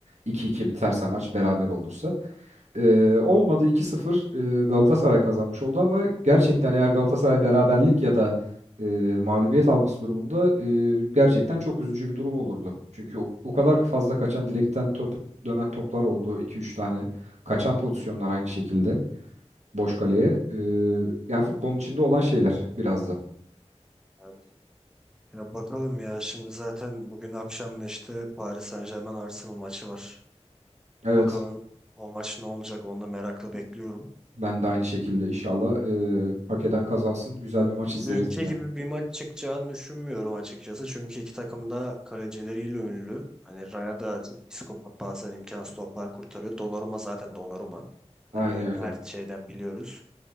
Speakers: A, on the right; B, in the centre.
A: 2-2 biterse
B: Evet.
A: maç beraber olursa. E, olmadı 2-0 e, Galatasaray kazanmış oldu ama gerçekten eğer Galatasaray beraberlik ya da e, mağlubiyet alması durumunda e, gerçekten çok üzücü bir durum olurdu. Çünkü o, o kadar fazla kaçan direkten top dönen toplar oldu iki üç tane. Kaçan pozisyonlar aynı şekilde boş kaleye. Ee, yani futbolun içinde olan şeyler biraz da.
B: Evet. Ya bakalım ya şimdi zaten bugün akşam da işte Paris Saint-Germain Arsenal maçı var.
A: Evet,
B: Bakalım o maç ne olacak onu da merakla bekliyorum.
A: ben de aynı şekilde inşallah ee, hak eden kazansın. Güzel bir maç izleriz
B: Dünkü
A: yine.
B: gibi bir maç çıkacağını düşünmüyorum açıkçası. Çünkü iki takım da kalecileriyle ünlü. Hani Raya da çok psikopat bazen imkansız toplar kurtarıyor. Donnarumma zaten Donnarumma. Hani
A: Aynen öyle.
B: her şeyden biliyoruz.